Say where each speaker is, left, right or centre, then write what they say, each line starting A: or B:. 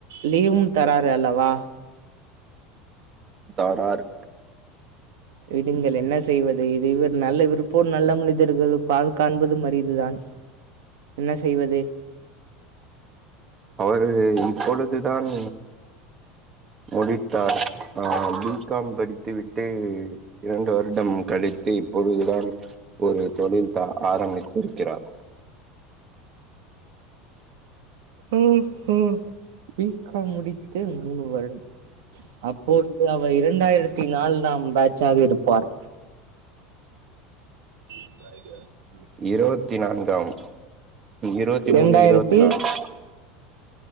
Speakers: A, on the right; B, on the right.
A: லீவும் தராரு அல்லவா
B: தறார்
A: விடுங்கள் என்ன செய்வது இது இவர் நல்ல இருப்போர் நல்ல மனிதர்கள் பால் காண்பதும் அரிதுதான் என்ன செய்வது
B: அவரு இப்பொழுதுதான் முடித்தார் ஆ பிகாம் படித்து விட்டு இரண்டு வருடம் கழித்து இப்பொழுதுதான் ஒரு தொழில்தா ஆரம்பித்திருக்கிறார்
A: ம் ம் பி காம் முடித்து மூணு வருடம் அப்பொழுது அவர் இரண்டாயிரத்தி நாலாம் பேட்சாக இருப்பார் <unintelligible>
B: இருவத்தி நான்காம் இருவத்தி
A: இரண்டாயிரத்தி
B: மூணு இருவத்தி நான்கு